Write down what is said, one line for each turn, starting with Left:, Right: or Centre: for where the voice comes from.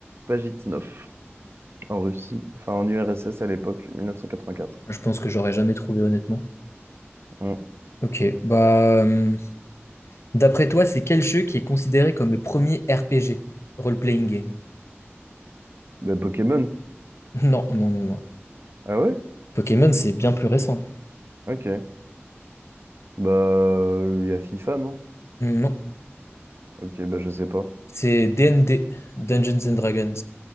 Right: Pajitnov, en Russie, enfin en URSS à l'époque, 1984.
Left: Je pense que j'aurais jamais trouvé, honnêtement.
Right: Hmm.
Left: Ok, bah. hum, D'après toi, c'est quel jeu qui est considéré comme le premier RPG? Role-playing game. <laughs>
Right: Bah, Pokémon?
Left: Non, non, non, non.
Right: Ah ouais?
Left: Pokémon, c'est bien plus récent.
Right: Ok. Bah, euh, il y a FIFA, non?
Left: Non.
Right: Ok, bah je sais pas.
Left: C'est D&D, Dungeons and Dragons.